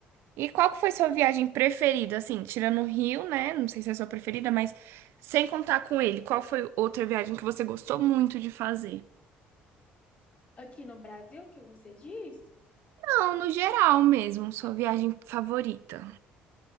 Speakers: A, on the right (about 80°); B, on the left (about 35°).
A: E qual que foi sua viagem preferida, assim, tirando o Rio, né? Não sei se é a sua preferida, mas sem contar com ele, qual foi outra viagem que você gostou muito de fazer?
B: Aqui no Brasil, que você diz?
A: Não, no geral mesmo, sua viagem favorita.